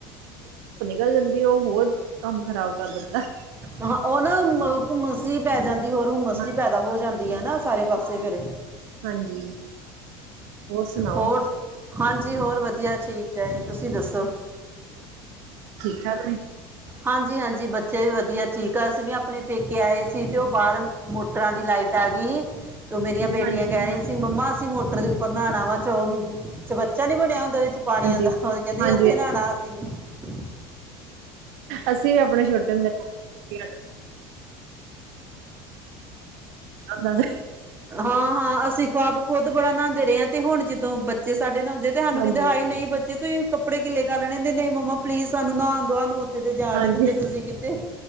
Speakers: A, on the right (about 70°); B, on the right (about 15°).
A: ਨਗਲ ਜਾਂਦੀ ਉਹ ਹੋਰ ਕੰਮ ਖ਼ਰਾਬ ਕਰ ਦਿੰਦਾ।
B: ਹਾਂ ਉਹ ਨਾ ਅ ਹੁੰਮਸ ਪੈ ਜਾਂਦੀ ਹੋਰ ਹੁੰਮਸ
A: ਹਾਂ
B: ਪੈਦਾ ਹੋ ਜਾਂਦੀ ਹੈ ਨਾ ਚਾਰੇ ਪਾਸੇ ਫੇਰ
A: ਹਾਂਜੀ ਹੋਰ ਸੁਣਾਓ
B: ਹੋਰ ਹਾਂਜੀ ਹੋਰ ਵਧੀਆ ਠੀਕ, ਚਾਹੇ, ਤੁਸੀਂ ਦੱਸੋ?
A: ਚੱਲਣੇ,
B: ਹਾਂਜੀ-ਹਾਂਜੀ ਬੱਚੇ ਵੀ ਵਧੀਆ ਠੀਕ ਆ ਅਸੀਂ ਵੀ ਆਪਣੇ ਪੇਕੇ ਆਏ ਸੀ ਤੇ ਉਹ ਬਾਹਰ ਮੋਟਰਾਂ ਦੀ ਲਾਈਟ ਆ ਗਈ ਸੀ ਤੇ ਮੇਰੀਆਂ ਬੇਟੀਆਂ
A: ਹਾਂਜੀ
B: ਕਹਿ ਰਹੀ ਸੀ ਮੰਮਾ ਅਸੀਂ ਮੋ ਦੇ ਉੱਪਰ ਨਹਾਣਾ ਵਾ ਚਲ ਚਬੰਚਾ ਨੀ ਬਣਿਆ ਹੁੰਦਾ ਉਹਦੇ ਵਿੱਚ ਪਾਣੀ
A: ਹਾਂਜੀ
B: ਆਂਦਾ ਕਹਿੰਦੀ
A: ਹਾਂਜੀ
B: ਉੱਥੇ ਨਹਾਣਾ ਅ <unintelligible>
A: ਅਸੀਂ ਵੀ ਆਪਣੇ ਛੋਟੇ ਹੁੰਦੇ ਕੇ <unintelligible>
B: ਹਾਂ ਹਾਂ, ਅਸੀਂ ਖੁਆਬ ਖੁੱਦ ਬੜਾ ਨਾਦੇ ਰਹੇ ਹਾਂ ਤੇ ਹੁਣ ਜਦੋਂ ਜੇ ਸਾਡੇ ਨਾਲ ਤੇ ਸਾਨੂੰ
A: ਹਾਂਜੀ,
B: ਕਹਿੰਦੇ ਆਏ ਨਹੀਂ ਬੱਚੇ ਤੁਸੀ ਕੱਪੜੇ ਗਿਲੇ ਕਰ ਲੈਣੇ ਤੇ ਮੰਮਾ ਪਲੀਜ਼ ਸਾਨੂੰ ਨਹਾਣ ਦੋ ਤੇ ਜਾਣ
A: ਹਾਂਜੀ
B: ਨੀ ਦਿੰਦੇ ਤੁਸੀਂ ਕਿਤੇ